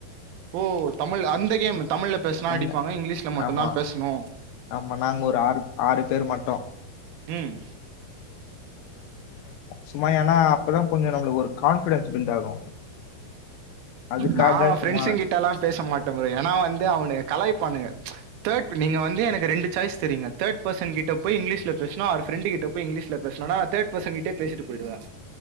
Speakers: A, on the right; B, on the left.
A: ஓ தமிழ் அந்த கேம் தமிழ்ல பேஸ்னா
B: அந்த
A: அடிப்பாங்க இங்லீஷ்ல மட்டுந்தா
B: ஆமா
A: பேசணு
B: ஆமா நாங்க ஒரு ஆர் ஆறு பேர் மட்டு
A: ம்
B: சும்மா ஏன்னா அப்பதான் கொஞ்சம் நம்மளுக்கு ஒரு கான்ஃபிடன்ஸ் பில்ட் ஆகும். அதுக்காக
A: நா ஃப்ரெண்ட்ஸ்
B: சும்மா
A: கிட்டல்லா பேச மாட்ட ப்ரோ ஏனா வந்து அவனுங்க கலாய்ப்பானுக தேர்ட் நீங்க வந்து எனக்கு ரெண்டு சாய்ஸ் தரிங்க தேட் பெர்சன் கிட்ட போய் இங்லீஷ்ல பேசுணு அவரு ஃப்ரெண்ட்டு கிட்ட போய் இங்லீஷ்ல பேசணு ஆனா தர்ட் பர்சன் கிட்ட பேசிட்டு போய்டுவ